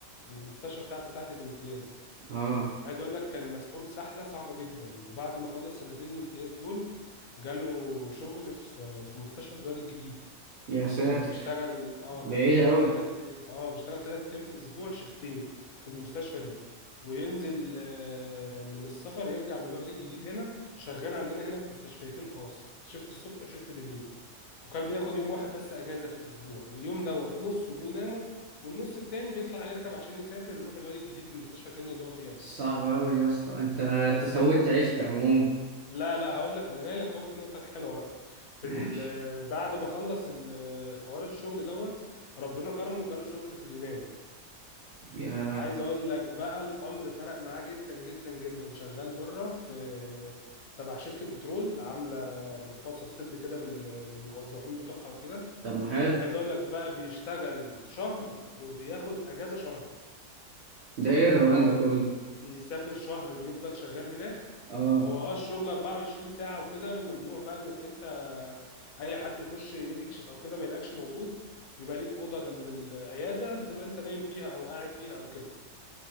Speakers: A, on the left (about 60°); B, on the right (about 75°).
A: المستشفى بتاعته بتاعه الامتياز
B: اه
A: عايز اقول لك كان مسحول سحله صعبه جدا وبعد ما خلص سنتين الامتياز دول جاله شغل في في مستشفى في الوادي الجديد
B: يا ساتر
A: كان بيشتغل اه
B: بعيد
A: كان بيشتغل
B: قوي
A: ثلاث اه بيشتغل ثلاث ايام في الاسبوع شيفتين في المستشفى دي وينزل آه، من السفر يرجع من الوادي الجديد هنا شغال عندنا هنا في مستشفيتين خاص شيفت الصبح وشيفت بالليل وكان بياخد يوم واحد بس اجازه في الاسبوع اليوم دوت نصه بينامه والنص التاني بيطلع يركب عشان يسافر يروح الوادي الجديد المستشفى التانية اللي هو فيها دي
B: صعب قوي يا اسطى انت انت
A: بس
B: سويت عشت عموما
A: لا لا هقول لك ما انا جاي لك اهو في النقطه الحلوه بقى في
B: ماشي
A: ال- آه، بعد ما خلص ال- آه، حوار الشغل دوت ربنا كرمه وجاله شغل في اليونان
B: يا
A: عايز اقول لك بقى الامر فرق معاه جدا جدا جدا شغال بره في تبع شركه بترول عامله مستوصف طبي كده لل- للموظفين بتوعها وكده
B: طب ما حلو
A: عايز اقول لك بقى بيشتغل شهر وبياخد اجازه شهر
B: ده ايه الروقان
A: يعني هو
B: ده كله
A: يسافر شهر بيفضل شغال هناك
B: اه
A: هو اه الشغل 24 ساعة وكده ممنوع بقى انك انت اي حد يخش يكشف او كده ما يلاقيكش موجود بيبقى ليك أوضة جنب العيادة بتبقى انت نايم فيها او قاعد فيها او كده